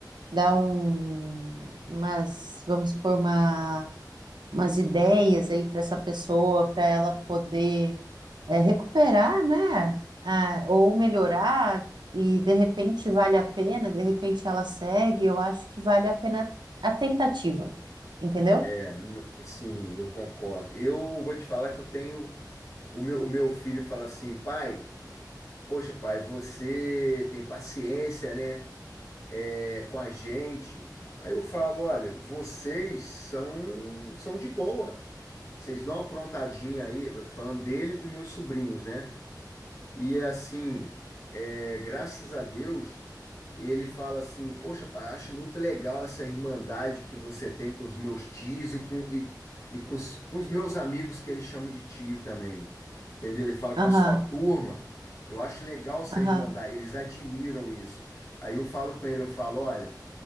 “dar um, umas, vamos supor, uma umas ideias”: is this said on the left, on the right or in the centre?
Right